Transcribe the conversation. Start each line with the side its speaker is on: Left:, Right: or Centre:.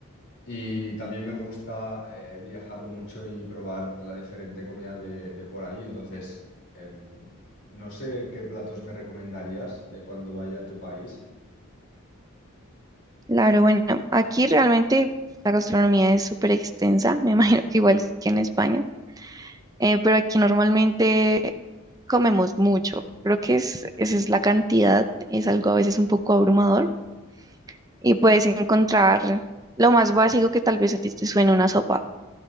Left: Y también me gusta eh, viajar mucho y probar la diferente comida de, de por ahí. Entonces, em, no sé qué platos me recomendarías de cuando vaya a tu país.
Right: Claro, bueno, aquí realmente la gastronomía es súper extensa, me <laughs> imagino que igual que en España, eh, pero aquí normalmente comemos mucho. Creo que es, esa es la cantidad, es algo a veces un poco abrumador y puedes encontrar lo más básico que tal vez a ti te suene una sopa,